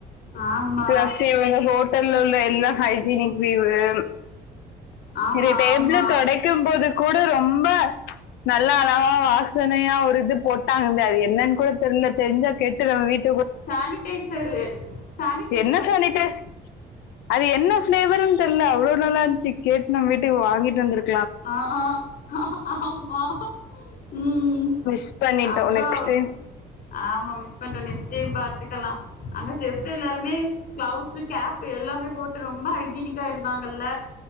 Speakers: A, on the left; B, on the left.
A: ஆமா
B: பிளஸ் இவங்க ஹோட் ட்டல உள்ள எல்லா ஹைஜீனிக் வியூவு
A: ஆமா
B: இந்த டேபிள
A: ஆமா
B: தொடைக்கம்போது கூட ரொம்ப நல்லா அழகா வாசனையா ஒரு இது போட்டாங்க்தா அது என்னன்னு கூட தெர்ல தெரிஞ்சா கேட்டு நம்ம வீட்
A: சானிடைசரு சானி
B: என்ன சானிடைஸ் அது என்ன ஃபிளேவர் ன்னு தெர்ல அவ்ளோ நல்லா இருந்துச்சு கேட் நம்ம வீட்டுக்கு வாங்கிட்டு வந்திருக்
A: ஆ ஆ ஆமா உம்
B: மிஸ் பண்ணிட்டோம்
A: அப்றோ
B: நெக்ஸ்ட் டைம்
A: ஆமா மிஸ் பண்றோ நெஷ்டைம் பாத்துக்கலா அங்க செஃப் எல்லாருமே கிளவுஸு கேப் எல்லாமே போட்டு ரொம்ப ஹைஜீனிக்கா இருந்தாங்கல்ல